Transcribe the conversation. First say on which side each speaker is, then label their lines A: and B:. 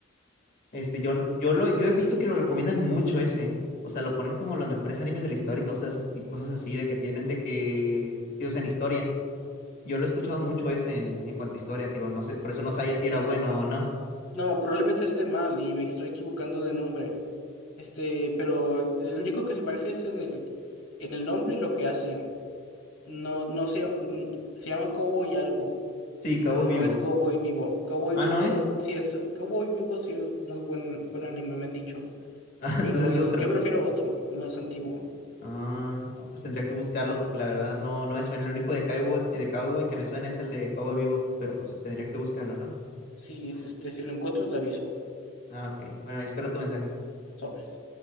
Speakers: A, on the left; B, on the left.
A: Este, yo, yo lo, yo he visto que lo recomiendan mucho ese. O sea, lo ponen como los mejores animes de la historia y todas esas- y cosas así de que tienen de que, sí, o sea, en historia. Yo lo he escuchado mucho ese en, en cuanto a historia, digo, no sé, por eso no sabía si era bueno o no.
B: No, probablemente esté mal y me estoy equivocando de nombre. Este, pero el único que se parece es en el, en el nombre y lo que hacen. No, no se, mm, se llama Cowboy algo,
A: Sí, Cabo
B: pero no
A: Vivo.
B: es Cowboy Bebop. Cowboy
A: Ah,
B: Bebop
A: no es. <laughs>
B: sí es, Cowboy Bebop sí es muy buen, buen anime, me han dicho.
A: Ah, entonces
B: Pero es,
A: es otro.
B: yo prefiero otro, más antiguo.
A: Ah, no, pues tendría que buscarlo porque la verdad no, no me suena. El único de Cowboy, de Cowboy que me suena es el de Cabo Vivo, pero pues tendría que buscarlo, ¿no?
B: Si, si, este, si lo encuentro, te aviso.
A: Ah, ok. Bueno, ahí espero tu mensaje.
B: Sobres.